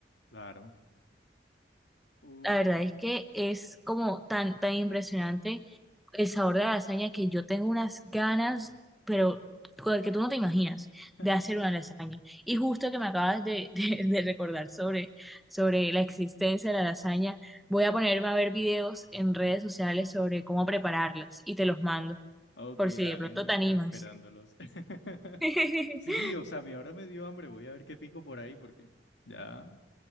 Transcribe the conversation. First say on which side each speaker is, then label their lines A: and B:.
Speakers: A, on the left (about 80°); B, in the centre.
A: claro. Uf.
B: La verdad es que es como tan, tan impresionante el sabor de la lasaña que yo tengo unas ganas, pero con el que tú no te imaginas,
A: <laughs>
B: de hacer una lasaña. Y justo que me acabas de, <laughs> de- de recordar sobre, sobre la existencia de la lasaña, voy a ponerme a ver videos en redes sociales sobre cómo prepararlas y te los mando,
A: Ok,
B: por si
A: dale,
B: de pronto
A: me
B: te animas.
A: quedo esperándolos. <laughs>
B: <laughs>
A: Sí, o sea, mi ahora me dio hambre. Voy a ver qué pico por ahí porque ya,